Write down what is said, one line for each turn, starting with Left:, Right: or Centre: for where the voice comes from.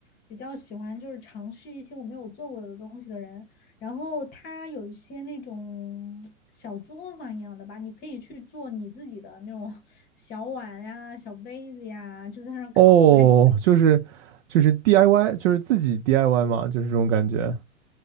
Left: 比较喜欢就是尝试一些我没有做过的东西的人，然后他有一些那种小作坊一样的吧，你可以去做你自己的那种 <laughs> 小碗呀、小杯子呀，就在那儿烤，
Right: 哦，
Left: 还挺。
Right: 就是就是 DIY，就是自己 DIY 嘛，就是这种感觉